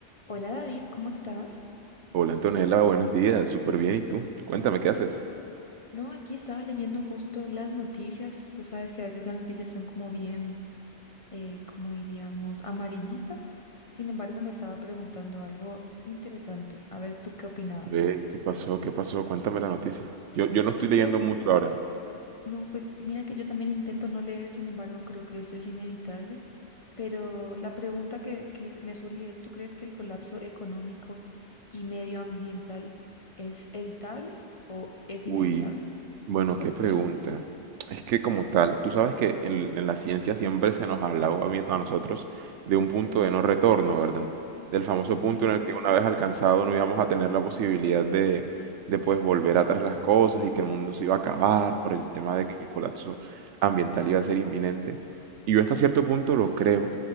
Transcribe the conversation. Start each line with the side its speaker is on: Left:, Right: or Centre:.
Left: Hola David, ¿cómo estás?
Right: Hola Antonella, buenos días, súper bien. ¿Y tú? Cuéntame, ¿qué haces?
Left: No, aquí estaba leyendo justo las noticias. Tú sabes que a veces las noticias son como bien, eh, como diríamos, amarillistas. Sin embargo, me estaba preguntando algo interesante. A ver, ¿tú qué opinabas?
Right: Ve, ¿qué pasó? ¿Qué pasó? Cuéntame la noticia. Yo, yo no estoy
Left: ¿Tú crees?
Right: leyendo mucho ahora.
Left: No, pues mira que yo también intento no leer, sin embargo, creo que eso es inevitable. Pero la pregunta que, que me surge es, ¿tú crees que el colapso económico y medioambiental es evitable o es inevitable?
Right: Uy, Bueno,
Left: Mejor
Right: qué
Left: dicho.
Right: pregunta. Es que como tal, tú sabes que en, en la ciencia siempre se nos ha hablado a, mí- a nosotros de un punto de no retorno, ¿verdad? Del famoso
Left: Sí.
Right: punto en el que una vez alcanzado no íbamos a tener la posibilidad de, de pues volver atrás las cosas y que el mundo se iba a acabar por el tema de que el colapso ambiental iba a ser inminente. Y yo hasta cierto punto lo creo,